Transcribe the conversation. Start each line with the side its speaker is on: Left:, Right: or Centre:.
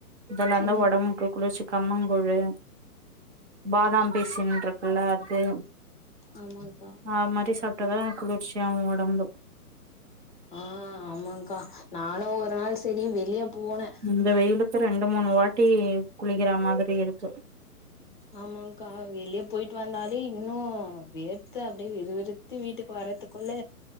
Right: இதல்லா
Left: ஆ
Right: தா ஒடம்புகு குளிர்ச்சி கம்மங்கூழு பாதாம் பீசின்ற க்குல அது
Left: ஆமாங்க்கா
Right: ஆ மாரி சாப்ட்டா தா குளிர்ச்சியாகு ஒடம்பு
Left: ஆஹ் ஆமாங்க்கா நானு ஒரு நாள் செரி வெளிய போனே
Right: இந்த வெயிலுக்கு ரெண்டு மூணு வாட்டி குளிக்கிற மாதிரி இருக்கு
Left: ஆமாக்கா வெளியே போயிட் வந்தாலே இன்னு வேர்த்த அப்டியே வுவிருத்து வீட்டுக்கு வர்றதுக்குள்ள